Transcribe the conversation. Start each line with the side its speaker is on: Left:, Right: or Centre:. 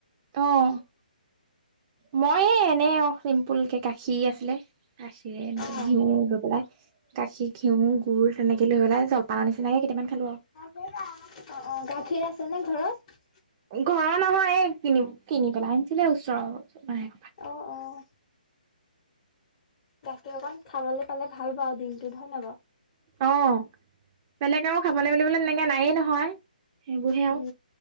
Right: অঁ! মই এই এনে অঁ চিম্পুল কে, গাখীৰ আছিলে। গাখীৰে এনেকে
Left: উম অ
Right: ঘিউ লৈ পেলাই, গাখীৰ, ঘিঁউ, গুৰ তেনেকে লৈ পেলাই। জলপানৰ নিচিনাকে কেইটামান। খালো
Left: অঁ, অঁ! গাখীৰ আছে নে ঘৰত?
Right: ঘৰৰ নহয়! কিনি, কিনি পেলাই আনিছিলে, ওচৰৰে অঁ!
Left: অঁ, অঁ! তাকে! অকণ খাবলৈ পালে ভাল পাওঁ দিনটোত! হয় নে বাৰু?
Right: অঁ! বেলেগ আৰু খাবলৈ
Left: উম,
Right: বুলিবলে তেনেকে নায়ে নহয়। সেইবোৰহে
Left: উম,
Right: আও!